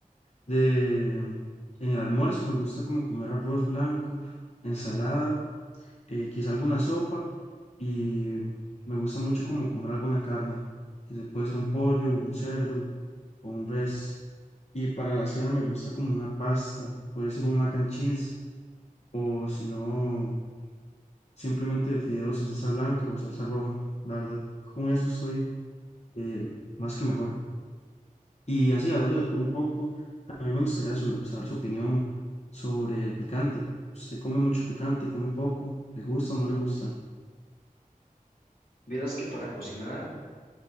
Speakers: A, on the left (about 50°); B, on the left (about 80°).
A: De, em, en el almuerzo me gusta como comer arroz blanco, ensalada, eh, quizá alguna sopa. Y me gusta mucho como comer alguna carne. que se puede ser un pollo, un cerdo o un res. Y para la cena me gusta como una pasta, puede ser un mac and cheese o si no, simplemente fideos en salsa blanca o salsa roja. La verdad, con eso estoy eh, más que mejor. Y así, hablando de todo un poco, a mí me gustaría su- saber su opinión sobre el picante. ¿Usted come mucho picante, come poco? ¿Le gusta o no le gusta?
B: Vieras que para cocinar